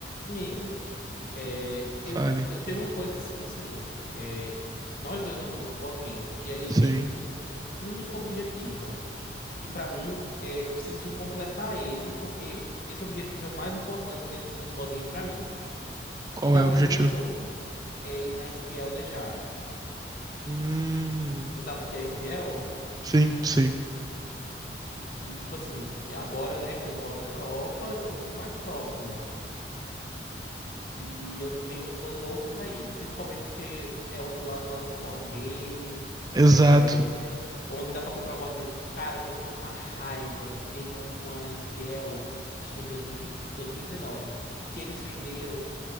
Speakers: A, on the left (about 50°); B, on the right (about 20°).
A: Amigo, é,
B: Fale.
A: eu, eu tenho uma coisa assim, o seguinte, é, nós dois amamos board game, e aí eu
B: Sim.
A: tenho um único objetivo, que pra mim, é, eu preciso completar ele, porque esse objetivo é o mais importante dentro do mundo dos board game pra mim.
B: Qual
A: E não
B: é o objetivo?
A: é ter um jogo, é ir na Espiel de Jars.
B: Hum,
A: Você sabe o que é Espiel?
B: sim, sim.
A: E tipo assim, agora, né, que eu moro na Europa, eu tô muito mais próximo E eu tenho, sou louco pra ir, principalmente porque é onde la- lança board game,
B: Exato.
A: é, onde dá pra comprar board game. Cara, eu tenho uma raiva que teve uma, uma Spiel, acho que foi em 2020, 2019, que eles venderam